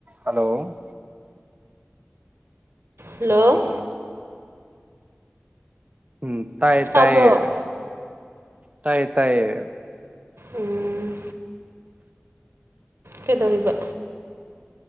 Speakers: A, on the right (about 35°); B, on the right (about 75°).
A: hello
B: hello
A: ꯎꯝ ꯇꯥꯏꯌꯦ
B: ꯇꯥꯕ꯭ꯔꯣ
A: ꯇꯥꯏꯌꯦ ꯇꯥꯏꯌꯦ ꯇꯥꯏꯌꯦ
B: ꯎꯝ ꯀꯩꯗꯧꯔꯤꯕ